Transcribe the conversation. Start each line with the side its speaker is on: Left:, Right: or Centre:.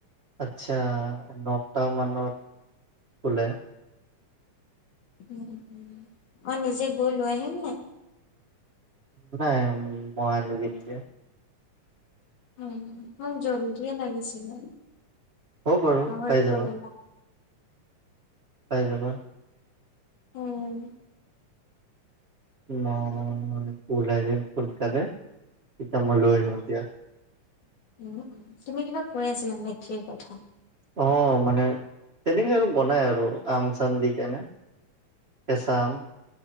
Right: আচ্ছা নটা মানত খোলে।
Left: উম, উম। মই নিজে গৈ লৈ আহিম নে।
Right: নাই মই আনি দিম দিয়া।
Left: উ ম মোক জললিয়ে লাগিছিলে
Right: হ'ব বাৰু
Left: পাহৰি
Right: পাই যাবা
Left: গলো মই।
Right: পাই যাবা।
Left: উম।
Right: মই উলাই দিম সোনকালে তেতিয়া মই লৈ আহিম দিয়া।
Left: উ তুমি কিবা কৈ আছিলা মেঠীৰ কথা।
Right: অ'মানে তেনেকৈ আৰু বনায় আৰু আম চাম দি কেনে। কেঁচা আম